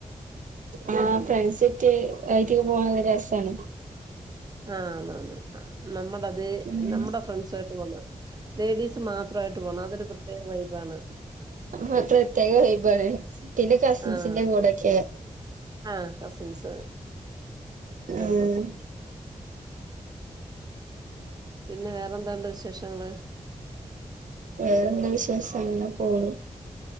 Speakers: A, on the right; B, on the right.
A: ആഹ ഫ്രണ്ട്സിറ്റ് ആയിറ്റ് പോകാൻ രസാണ്
B: ആഹ ആന്ന് ആന്ന് നമ്മടെ അതെ
A: ഉം
B: നമ്മടെ ഫ്രണ്ട്സ് ആയിട്ട് പോണത് ലേഡീസ് മാത്രമായിട്ട് പോകണം അതൊരു പ്രത്യേക വൈബാണ്.
A: ആഹ് പ്രത്യേക വൈബാണ് പിന്നെ കസിൻസിന്റെ
B: ആഹ്
A: കൂടെക്കെ
B: ആഹ് കസിൻസ് എല്ലാവരും
A: ഉം
B: പിന്നെ വേറെന്താണ്ട് വിശേഷങ്ങള്
A: വേറെന്ത വിശേഷം അങ്ങനെ പോണു